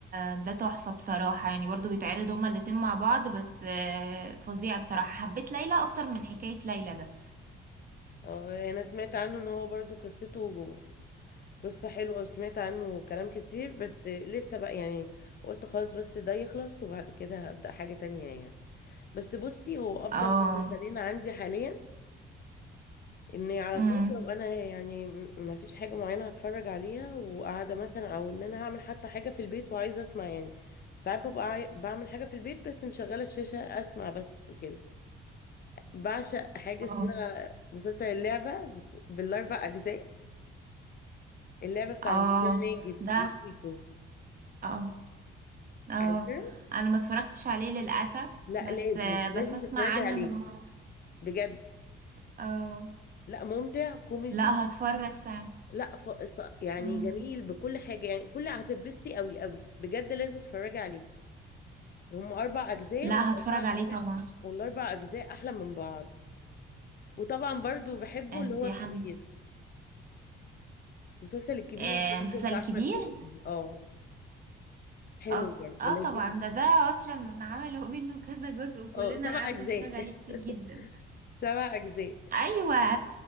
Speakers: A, on the right; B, on the left.
A: ده تحفة بصراحة يعني برضو بيتعرض هما الاتنين مع بعض بس آه فظيع بصراحة حبيت ليلى أكتر من حكاية ليلى ده
B: اه أنا سمعت عنه إن هو برضو قصته قصة حلوة وسمعت عنه كلام كتير بس لسه بقى يعني قلت خلاص بس ده يخلص وبعد كده هبدأ حاجة تانية يعني بس بصي هو أفضل
A: اه
B: مسلسلين عندي حاليا اني على
A: امم
B: طول لو انا يعني م- ما فيش حاجه معينه هتفرج عليها وقاعده مثلا او ان انا هعمل حتى حاجه في البيت وعايزه اسمع يعني ساعات ببقى عاي- بعمل حاجه في البيت بس مشغله الشاشه اسمع بس كده بعشق حاجه اسمها
A: اه
B: مسلسل اللعبه بك- بالاربع اجزاء اللعبه بتاع
A: اه
B: هشام ماجد
A: ده
B: وشيكو
A: اه اه
B: عارفه
A: أنا ما اتفرجتش عليه للأسف
B: لا
A: بس
B: لازم
A: آه بس
B: لازم
A: أسمع
B: تتفرجي
A: عنه
B: عليه
A: إن هو
B: بجد
A: اه
B: لا ممتع كوميدي
A: لا هتفرج فعلا
B: لا ف... ص- يعني
A: امم
B: جميل بكل حاجه يعني كل هتتبسطي قوي قوي بجد لازم تتفرجي عليه هم اربع اجزاء
A: لا
B: والاربع
A: هتفرج عليه
B: اجزاء
A: طبعا
B: والاربع اجزاء احلى من بعض وطبعا برضو بحبه
A: انتي
B: اللي هو الكبير
A: يا حمد
B: المسلسل الكبير
A: آه
B: برضو
A: مسلسل
B: بتاع احمد
A: كبير
B: مكي اه حلو
A: اه
B: برضو
A: اه
B: لذيذ
A: طبعا ده ده اصلا عملوا منه كذا جزء وكلنا
B: اه سبع
A: قعدنا
B: اجزاء
A: نتفرج عليه كتير
B: <laughs>
A: جدا
B: سبع اجزاء
A: ايوه